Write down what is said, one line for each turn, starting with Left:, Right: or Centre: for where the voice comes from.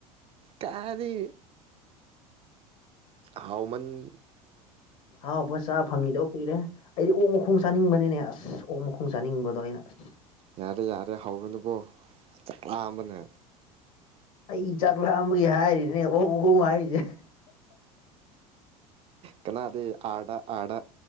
Right: ꯀꯥꯔꯤ ꯍꯥꯎꯃꯟ
Left: ꯍꯥꯎ ꯄꯣꯠꯁꯥ ꯐꯪꯈꯤꯗꯕ ꯀꯨꯏꯔꯦ ꯑꯩꯗꯤ ꯑꯣꯛ ꯃꯈꯣꯡ ꯆꯥꯅꯤꯡꯕꯅꯤꯅꯦ ꯑꯁ ꯑꯣꯛ ꯃꯈꯣꯡ ꯆꯥꯅꯤꯡꯕꯗꯣ ꯑꯩꯅ ꯑꯁ
Right: ꯌꯥꯔꯦ ꯌꯥꯔꯦ ꯍꯧꯔꯨꯅꯨꯀꯣ ꯆꯥꯛꯂꯥꯑꯝꯕꯅꯦ
Left: ꯑꯩ ꯆꯥꯛꯂꯥꯝꯕꯒꯤ ꯍꯥꯏꯔꯤꯅꯦ ꯑꯣꯣꯡꯈꯣꯡ ꯍꯥꯏꯔꯤꯁꯦ
Right: ꯀꯅꯥꯗꯤ ꯑꯥꯗ ꯑꯥꯗ